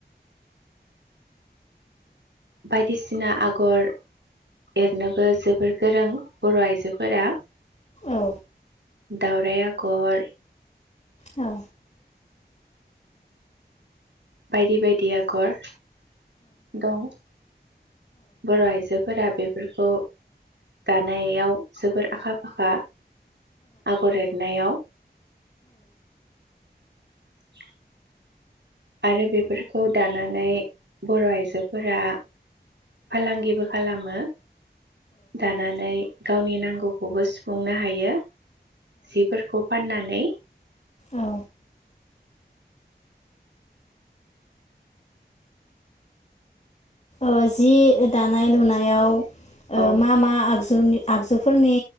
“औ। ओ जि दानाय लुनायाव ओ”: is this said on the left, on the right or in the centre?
Left